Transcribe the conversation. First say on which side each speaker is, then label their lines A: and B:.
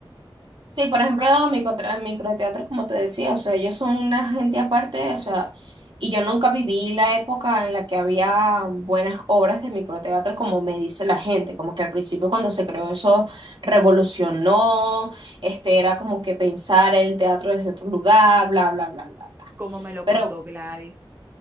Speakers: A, on the right (about 65°); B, on the right (about 20°).
A: Sí, por ejemplo, los microtra- microteatros, como te decía, o sea, ellos son una gente aparte, o sea, y yo nunca viví la época en la que había buenas obras de microteatro, como me dice la gente, como que al principio cuando se creó eso revolucionó, este era como que pensar el teatro desde otro lugar, bla, bla, bla, bla, bla.
B: como me lo
A: Pero,
B: contó Gladys.